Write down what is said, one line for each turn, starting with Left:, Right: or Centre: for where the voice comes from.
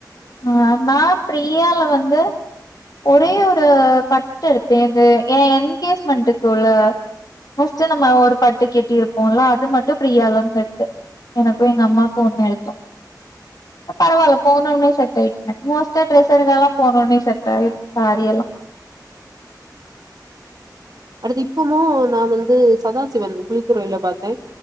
Left: ஆ நா பாரியால வந்து ஒ ரே ஒரு பட்டு எடுத்தே இந்த ஏ எங்கேஜ்மென்ட்க்குள்ள ஃபஸ்ட் நம்ம ஒரு பட்டு கட்டி இருப்போல அது மட்டூ ப்ரியாலேந்து எடுத்தே எனக்கூ எங்கம்மாக்கூ ஒன்னு எடுத்தோ பரவால போனோன்ன செட் டாயிட் எனக்கு மோஸ்டா ட்ரெஸ் எடுக்கல்லா போனோனே செட் ஆயிடூ சாரியெல்லா
Right: அடுத்து இப்பமூ நா வந்து சதாசிவன் குளித்துறையில பாத்தே